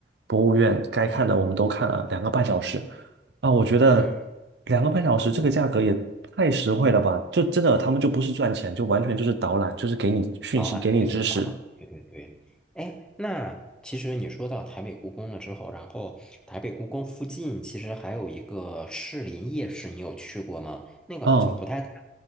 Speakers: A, on the right; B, in the centre.
A: 博物院，该看的我们都看了两个半小时。
B: 嗯
A: 啊，我觉得
B: 嗯，
A: 两个半小时这个价格也太实惠了吧！就真的他们就不是赚钱，就完全就是导览，就是给你讯息，
B: 好了，
A: 给你知识。
B: 这个好了，对对对，哎，那其实你说到台北故宫了之后，然后台北故宫附近其实还有一个士林夜市，你有去过吗？那个好像不太。
A: 哦，